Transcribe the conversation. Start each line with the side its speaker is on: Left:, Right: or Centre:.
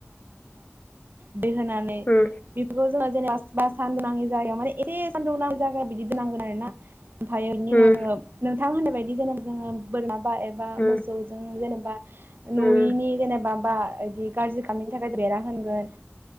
Right: <unintelligible> दै होनानै
Left: उम
Right: बेखौ जोङो जेनेबा बा सान्दुं नि जायगायाव माने एसे सान्दुं नाङ जायायाव बिदि दोननांगोन आरो ना <unintelligible> ओमफ्रायओनि उनाव
Left: उम
Right: जोङो <unintelligible> थां होननाय बायदि जेनेबा जोङो बोरमा बा एबा
Left: उम
Right: मोसौजों जेने नुइनि
Left: उम
Right: जेनेबा बा इदि गाज्रि खालामैनि थाखाय बेरा होगोन